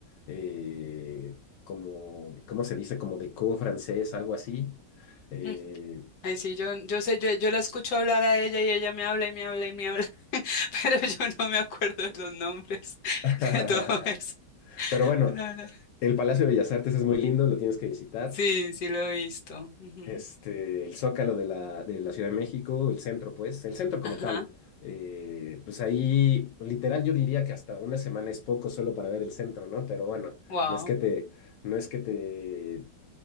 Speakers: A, on the left; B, on the left.
A: eh, como, ¿cómo se dice? Como de co-francés, algo así. Eh,
B: mm. Ahí sí, yo, yo sé, yo, yo la escucho hablar a ella y ella me habla y me habla y me habla, <laughs> pero yo no me acuerdo de los nombres
A: <laughs>
B: <laughs> de todo eso.
A: Pero bueno,
B: No, no.
A: el Palacio de Bellas Artes es muy lindo, lo tienes que visitar.
B: Sí, sí lo he visto. Ujú.
A: Este, el Zócalo de la, de la Ciudad de México, el centro, pues, el centro
B: Ajá,
A: como tal. Eh, pues ahí, literal, yo diría que hasta una semana es poco solo para ver el centro, ¿no? Pero bueno,
B: wow.
A: no es que te, no es que te